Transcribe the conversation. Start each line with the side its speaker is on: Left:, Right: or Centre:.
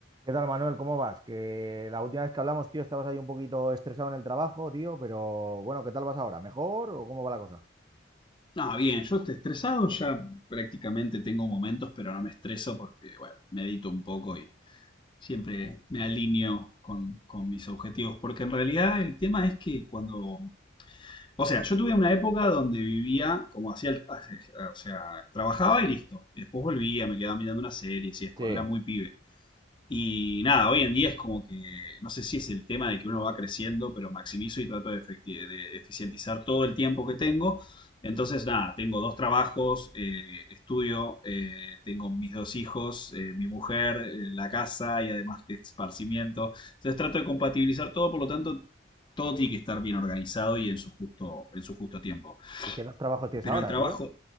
Right: ¿Qué tal, Manuel? ¿Cómo vas? Que la última vez que hablamos, tío, estabas ahí un poquito estresado en el trabajo, tío, pero bueno, ¿qué tal vas ahora? ¿Mejor o cómo va la cosa?
Left: No, bien, yo estoy estresado, ya prácticamente tengo momentos, pero no me estreso porque, bueno, medito un poco y siempre me alineo con, con mis objetivos. Porque en realidad el tema es que cuando, o sea, yo tuve una época donde vivía como hacía, el- hace- o sea, trabajaba y listo. Y después volvía, me quedaba mirando una serie y esto,
Right: Sí,
Left: cuando era muy pibe. Y nada, hoy en día es como que, no sé si es el tema de que uno va creciendo, pero maximizo y trato de, efecti- de eficientizar todo el tiempo que tengo. Entonces, nada, tengo dos trabajos, eh, estudio, eh, tengo mis dos hijos, eh, mi mujer, eh, la casa y además que esparcimiento. Entonces trato de compatibilizar todo, por lo tanto, todo tiene que estar bien organizado y en su justo, en su justo tiempo.
Right: ¿Y qué dos trabajos tienes
Left: Pero
Right: ahora,
Left: el trabajo
Right: tío?